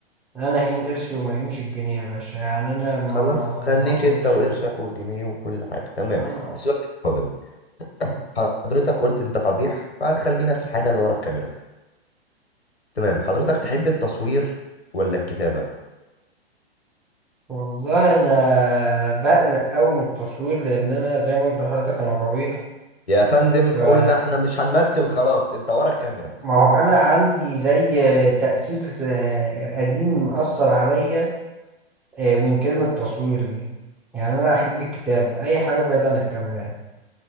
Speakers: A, in the centre; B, on the left.
A: انا هين قرشي وما هينش الجنيه يا باشا يعني انا ما
B: خلاص خليك
A: ما اخدش
B: انت وقرشك والجنيه وكل حاجة تمام
A: انا
B: السؤال القادم حضرتك قلت انت قبيح فخلينا في الحاجة اللي ورا الكاميرا تمام حضرتك تحب التصوير ولا الكتابة
A: والله انا بقلق قوي من التصوير لان انا زي ما قلت لحضرتك انا قبيح
B: يا فندم قلنا
A: فما
B: احنا مش هنمثل خلاص انت ورا الكاميرا
A: هو انا عندي زي تأثير آه، قديم مأثر عليا آه، من كلمة تصوير دي يعني انا احب الكتابة اي حاجة بعيد عن الكاميرا يعني